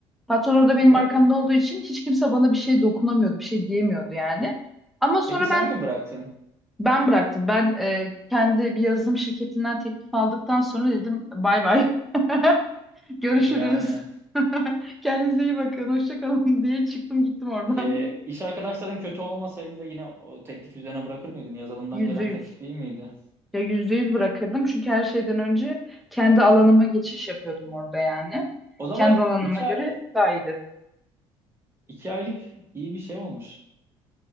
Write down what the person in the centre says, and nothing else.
Patron orada benim
arkamda olduğu için hiç kimse bana bir şey dokunamıyordu, bir şey diyemiyordu yani. Ama sonra
ben
ben bıraktım. Ben e, kendi bir yazılım şirketinden teklif aldıktan sonra dedim bay bay. <laughs> Görüşürüz.
<laughs> Kendinize iyi bakın. Hoşça kalın <laughs> diye çıktım gittim oradan.
<laughs> Yüzde
yüz.
Ya yüzde yüz bırakırdım çünkü her şeyden önce kendi alanıma geçiş yapıyordum orada yani.
Kendi alanıma
göre
daha iyiydi.